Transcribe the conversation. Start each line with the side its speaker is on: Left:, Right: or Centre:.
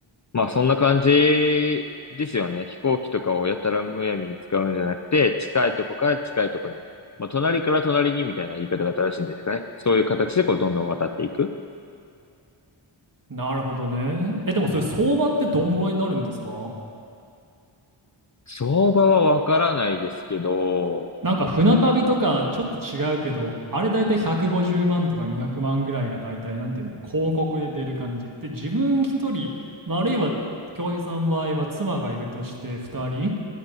Left: まあ、そんな感じですよね。飛行機とかをやたらむやみに使うんじゃなくて、近いとこから近いとこに。まあ、隣から隣にみたいな言い方が正しいんですかね。そういう形でこう、どんどん渡っていく。
Right: うん。なるほどね。え、でもそれ相場ってどんぐらいになるんですか
Left: 相場はわからないですけど、
Right: なんか船旅とかちょっと違うけど、あれだいたい150万とか200万ぐらいがだいたいなんていうの、広告で出る感じ。で、自分一人、まあ、あるいは恭平さんの場合は妻がいるとして2人、